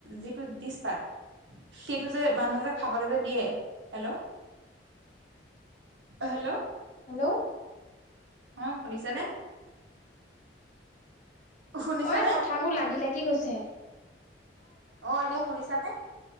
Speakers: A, on the right; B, on the left.
A: যিটো ডিছপাত - সেইটো যে মানুহে যে খাবলৈ যে দিয়ে হেল্ল - হেল্ল'
B: হেল্ল'
A: অ শুনিছা নে? শুনিছানে
B: অই কথাবোৰ লাগি লাগি গৈছে।
A: অ' এতিয়া শুনিছানে?